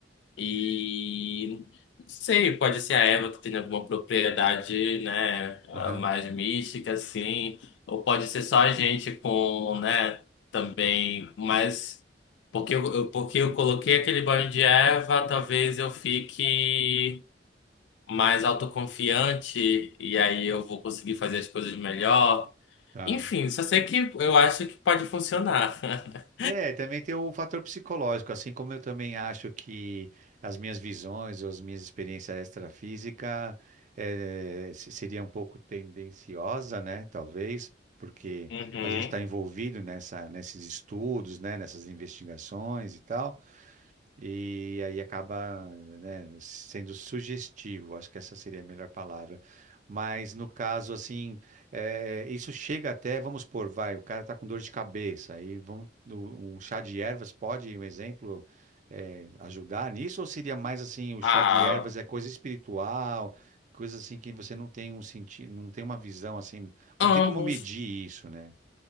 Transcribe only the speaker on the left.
e não sei, pode ser a erva que tem alguma propriedade, né, ah,
mais mística, assim, ou pode ser só a gente com, né, também, mas porque eu, eu- porque eu coloquei aquele banho de erva, talvez eu fique mais autoconfiante e aí eu vou conseguir fazer as coisas melhor.
Enfim, só sei que eu acho que pode funcionar. <laughs>
Uhum.
Ah,
ambos.